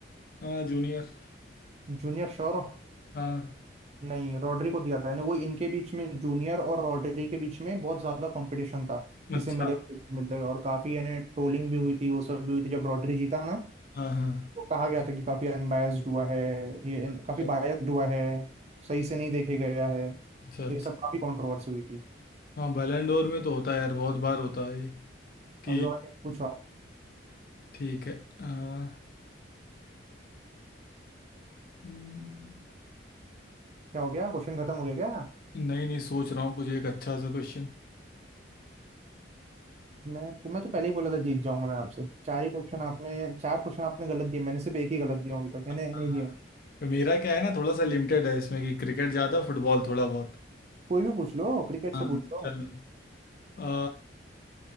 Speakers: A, on the left; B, on the right.
A: हाँ जूनियर
B: जूनियर श्योर हो
A: हाँ
B: नहीं रॉड्री को दिया था यानी वो इनके बीच में जूनियर और रॉड्री के बीच में बहुत ज्यादा कंपटीशन था
A: अच्छा
B: किसे मिलेगा किसे मिलेगा और काफी यानी ट्रोलिंग भी हुई थी वो सब भी हुई थी जब रॉड्री जीता ना
A: हाँ हाँ
B: तो कहा गया था कि काफी अनबायस्ड हुआ है ये इन-
A: अच्छा
B: काफी बायस्ड हुआ है सही से नहीं देखे गया है
A: अच्छा अच्छा।
B: ये सब काफी कंट्रोवर्सी हुई थी
A: हाँ बैलेंडोर में तो होता है यार बहुत बार होता है ये कि
B: अभी और एक पूछो आप
A: ठीक है हाँ, हम्म,
B: क्या हो गया क्वेश्चन खत्म हो गया क्या
A: नहीं नहीं सोच रहा हूँ कुछ एक अच्छा सा क्वेश्चन
B: मैं मैं तो पहले ही बोला था जीत जाऊंगा मैं आपसे चार ही क्वेश्चन आपने चार क्वेश्चन आपने गलत दिए मैंने सिर्फ एक ही गलत दिया अभी तक मैंने
A: हाँ,
B: नहीं दिया
A: <laughs> मेरा क्या है ना थोड़ा सा लिमिटेड है इसमें कि क्रिकेट ज़्यादा फुटबॉल थोड़ा बहुत
B: कोई भी पूछ लो क्रिकेट
A: हाँ
B: से पूछ लो
A: चलो आ,